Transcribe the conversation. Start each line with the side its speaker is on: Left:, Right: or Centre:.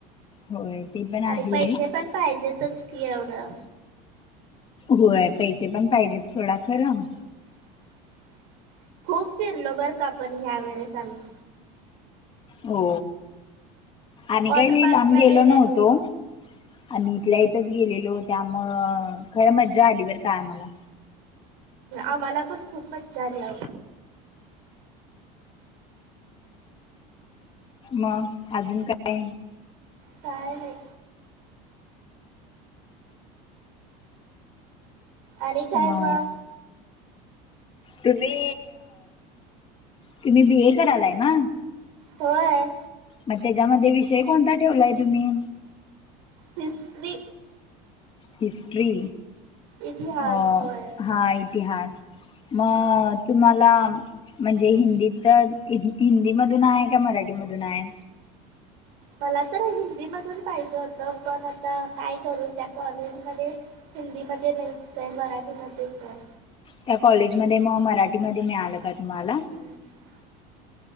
Left: होय ते पण
Right: आणि
Left: आहे
Right: पैसे पण पाहिजेतच की एवढं
Left: होय पैसे पण पाहिजेत सोडा खरं
Right: <inaudible> खूप फिरलो बरं का पण ह्या वेळेस आम्ही
Left: हो आम्ही
Right: वॉटर
Left: काही लई
Right: पार्कला
Left: लाम गेलो
Right: गेलेलो
Left: नव्हतो आम्ही इथल्या इथच गेलेलो त्यामुळ खरं मज्जा आली बर का आम्हाला
Right: आम्हाला पण खूप मज्जा आली आओ
Left: मग अजून काय?
Right: काय नाही आणि काय
Left: ब ना.
Right: मग
Left: तुम्ही, तुम्ही बी ए करायलाय ना
Right: होय
Left: मग त्याच्यामध्ये विषय कोणता ठेवलाय तुम्ही?
Right: हिस्टरी
Left: हिस्ट्री
Right: इतिहास
Left: हां
Right: होय.
Left: इतिहास मग तुम्हाला म्हणजे हिंदी तर हिंदीमधून आहे का मराठीमधून आहे?
Right: मला तर हिंदी मधून पाहिजे होतं पण आता काय करू त्या कॉलेजमध्ये हिंदीमध्ये नाहीच आहे मराठीमध्येच आहे
Left: त्या कॉलेजमध्ये मग मराठीमध्ये मिळालं का तुम्हाला
Right: हम्